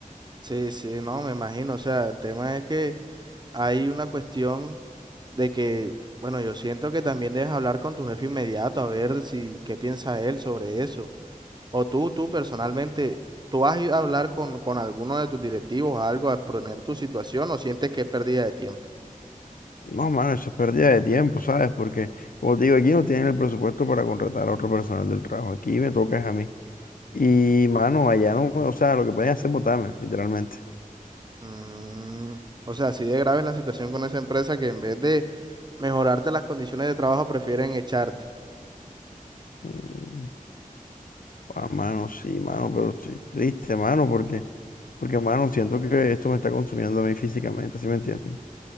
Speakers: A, on the right; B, on the left.
A: Sí, sí, no, me imagino. O sea, el tema es que hay una cuestión de que, bueno, yo siento que también debes hablar con tu jefe inmediato a ver si qué piensa él sobre eso. O tú, tú personalmente, ¿tú has ido a hablar con, con alguno de tus directivos, algo, a exponer tu situación o sientes que es pérdida de tiempo?
B: No, mano, eso es pérdida de tiempo, ¿sabes? Porque, como te digo, aquí no tienen el presupuesto para contratar a otro personal del trabajo. Aquí me toca es a mí. Y, mano, allá no, o sea, lo que pueden hacer es botarme, literalmente.
A: Mm, o sea, así de grave es la situación con esa empresa que en vez de mejorarte las condiciones de trabajo prefieren echarte.
B: Mm, ah, mano, sí, mano, pero estoy triste, mano, porque, porque, mano, siento que esto me está consumiendo a mí físicamente, ¿sí me entiendes?